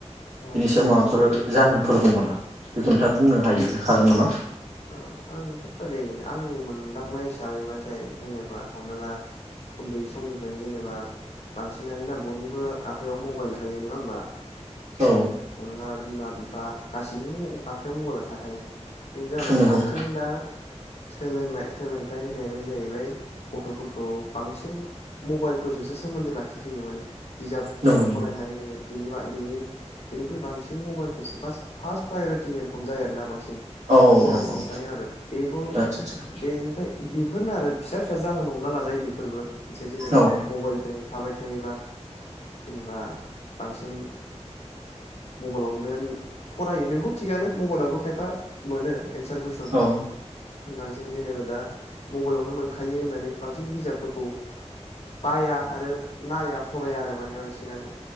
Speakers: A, on the left; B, on the right.
A: औ
B: बिनि सायाव माबाफोर जाहोनफोर दं नामा बेखौ नोंथाङा बुंनो हायो हागोन नामा?
A: औ आंथ' ओरै आंनि मोनदांनाय हिसाबैबा थाय जेनेबा हमना ला उन्दै समनिफ्रायनो जेनेबा बांसिनानो ना बयनिबो आखाइयाव मबाइल थायो नङा होमबा
B: औ
A: एम बिमा बि बा गासैनियाव आखायाव मबाइला थाखायो बेनि जाउनाव
B: नंगौ
A: बांसिन दा सोलोंनाय सोलोंथाइ होनायानो जाहैबाय गथ'फोरखौ बांसिन मबाइलफोरजोंसो सोमोन्दो लाखिहोयो माने बिजाब
B: नंगौ नंगौ
A: फरायनाय एरैनो बेनिबा बेनि बेनिख्रुइ बांसिन मबाइलखोसो फास फार्स्ट प्रायरिटि <inaudible> रखम जायो आरोना बांसिन
B: औ औ औ
A: आंनि
B: औ
A: मोनदांनायाव आरो बेखौ
B: आदसा आदसा
A: बेनिफाय बेफोरनो आरो फिसा फिसा जाहोन हमना लाजायो बेफोरबो मोनसे जेनेबा
B: औ
A: मबाइलजों थाबाय थायोबा जेनेबा बांसिन मबाइलावनो फरायो नोंखौ थिगानो मबाइलावबो खायफा मोनो। एन्सार कुइसन
B: औ
A: बांसिन जेनेबा दा। <unintelligible> मबाइलावनो मोनखायो होननानै बांसिन बिजाबफोरखौ बाया आरो नाया फराया आरो माने सिनानो